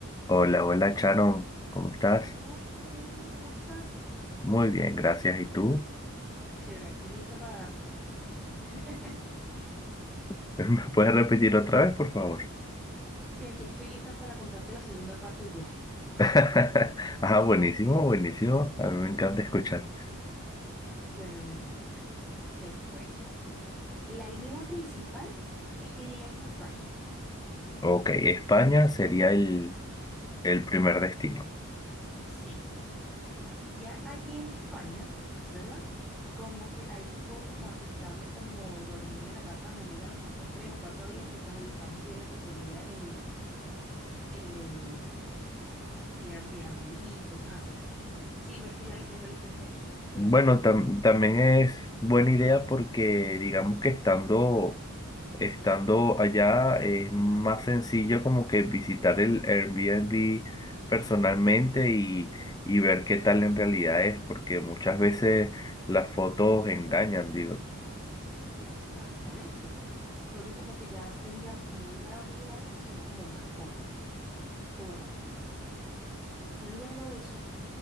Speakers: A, on the left (about 15°); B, in the centre.
A: Hola, hola Charon. ¿cómo estás?
B: Hola, Derwin, ¿cómo estás?
A: Muy bien, gracias. ¿Y tú?
B: Chévere, aquí lista para darte la parte. <laughs>
A: <laughs> ¿Me puedes repetir otra vez, por favor?
B: Y aquí estoy lista para contarte la segunda parte del viaje.
A: <laughs> Ah, buenísimo, buenísimo. A mí me encanta escuchar.
B: Bueno, mira, Derwin, te cuento. La idea principal es que lleguemos a España.
A: Ok, España sería el, el primer destino.
B: Sí, ya allí en España, ¿verdad? Como que ahí sí puedo como aceptarle como dormir en la casa de mi amiga a lo mejor por tres o cuatro días mientras ubicamos bien lo que sería el, el, el Airbnb y cosas así. Sí, no es que ya lo tengo listo desde aquí, pero
A: Bueno,
B: supongamos.
A: tam- también es buena idea porque digamos que estando Estando allá es más sencillo como que visitar el Airbnb personalmente y, y ver qué tal en realidad es, porque muchas veces las fotos engañan, digo,
B: Exactamente. Entonces, como que ya tendríamos como un lugar a donde llegar, entonces sería como más cómodo, por así decirlo. Luego de eso,